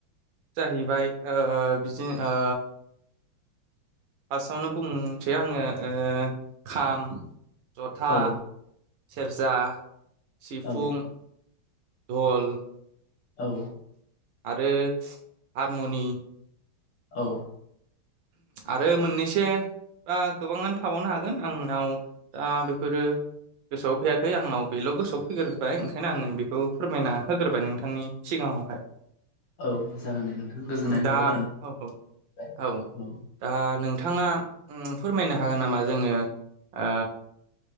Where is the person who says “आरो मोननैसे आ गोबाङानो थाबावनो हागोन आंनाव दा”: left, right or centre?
Right